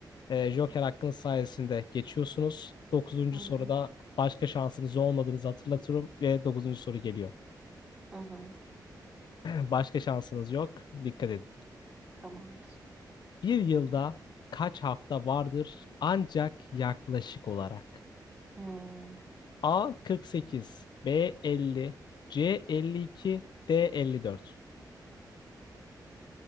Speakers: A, on the left (about 75°); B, on the right (about 20°).
A: E, Joker hakkınız sayesinde geçiyorsunuz. Dokuzuncu
B: Hı
A: soruda
B: hı.
A: başka şansınız olmadığınızı hatırlatıyorum ve dokuzuncu soru geliyor.
B: Hı hı.
A: <laughs> Başka şansınız yok. Dikkat edin.
B: Tamamdır.
A: Bir yılda kaç hafta vardır ancak yaklaşık olarak?
B: Hmm.
A: A 48, B 50, C 52, D 54.